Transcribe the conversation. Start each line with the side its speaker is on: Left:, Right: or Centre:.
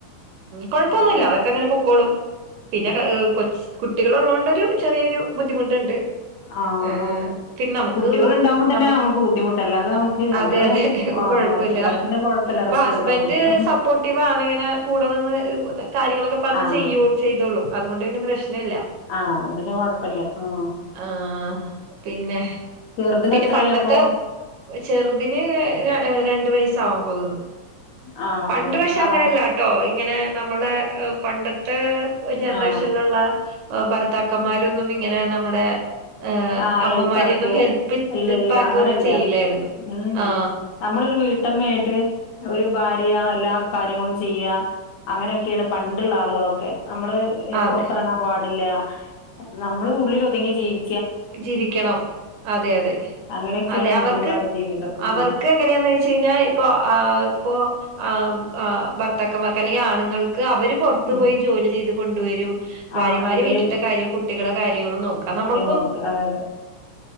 Right: കുഴപ്പമൊന്നുമില്ല
Left: ആ
Right: അതൊക്കെ അങ്ങനെ പൊക്കോളും പിന്നെ കൊച്ച് കുട്ടികളുള്ളോണ്ട് <unintelligible> ഒരു ചെറിയൊരു ബുദ്ധിമു ട്ട്ണ്ട്
Left: ആഹ്
Right: ഏ
Left: ആഹ്
Right: പിന്നെ നമ്മ്ക്ക്
Left: കുട്ടികൾ ഉണ്ടാവുമ്പോ തന്നെ
Right: നമ്മ
Left: നമുക്ക് ബുദ്ധിമുട്ട അല്ലാതെ നമുക്ക്
Right: അതെയതെ
Left: നമ്മള് ആഹ്
Right: കൊഴപ്പയില്ല
Left: ഒറ്റക്കാണെ പിന്നെ കൊഴപ്പല്ല
Right: ഇപ്പം
Left: റെസ്റ്റ്
Right: ഹസ്ബൻഡ്
Left: എടുക്കാൻ പറ്റും
Right: സപ്പോട്ടിവാണിങ്ങനെ കൂടെനിന്ന് കാര്യങ്ങളൊക്കെ പറഞ്ഞത്
Left: ആഹ്
Right: ചെയ്യു ചെയ് തോളും അതുകൊണ്ട് പിന്നെ പ്രശ് ക്കുന്നേയില്ല.
Left: ആഹ് അതുകൊണ്ട് പിന്നെ കൊഴപ്പല്ല ആഹ്
Right: ആ പിന്നെ
Left: ചെറുതിന്
Right: പിന്നെ
Left: എത്രായി
Right: പണ്ടത്തെ
Left: അപ്പൊ
Right: ചെറുതിന് രണ്ട് വയസ് <unintelligible>
Left: ആഹ്
Right: പണ്ട് പക്ഷേ അങ്ങനെയല്ലാട്ടോ
Left: ആഹ്
Right: ഇങ്ങ നെ നമ്മളെ എ പണ്ടത്തേ ജൻറേഷന്ലൊള്ള
Left: ആഹ്
Right: എ ഭർത്താക്കമ്മാരൊന്നും ഇങ്ങനെ നമ്മുടെ ഏഹ്,
Left: ആ അയൽപ്പക്കെ
Right: അമ്മമാരെയൊന്നും ഹെൽപ്പ്
Left: ഇല്ലില്ല
Right: ഹെൽപ്പാക്കൊന്നും
Left: അങ്ങനയില്ല
Right: ചെയ്യില്ലായിരുന്നു
Left: ഉം
Right: ആ
Left: നമ്മളൊരു വീ ട്ടമ്മയായിട്ട് ഒരു ഭാര്യ എല്ലാ കാര്യങ്ങളും ചെയ്യാ. അങ്ങനെയൊക്കെയാണ് പണ്ടുള്ള ആളുകളൊക്കെ. നമ്മള്
Right: അതെ
Left: പൊറത്തെറങ്ങാൻ പാടില്ല നമ്മള് ഉള്ളിലൊതുങ്ങി ജീവി
Right: ജീവിക്കണം അതെ അതെ
Left: അങ്ങനെയൊക്കെയാണ്
Right: അതെ
Left: മുമ്പുള്ള
Right: അവർക്ക്
Left: ജീവിതം
Right: അവർക്ക്
Left: ഉം
Right: എങ്ങനെയാന്ന്യ്ച്ച് കഴിഞ്ഞാൽ ഇപ്പൊ ഇപ്പോ ആ ആ ഭർത്താക്കമാർക്ക് അല്ലെങ്കി ആണുങ്ങൾ ക്ക് അവര് പൊറത്തു
Left: ഉം
Right: പോയി ജോലി ചെയ്ത് കൊണ്ടുവരും ഭാര്യമാര്
Left: ആഹ് ഇവര്
Right: വീട്ടിൽത്തെ കാര്യം കുട്ടികളെ കാര്യങ്ങളും നോക്കാ നമ്മൾ
Left: നോക്കാ. അതെയതെ.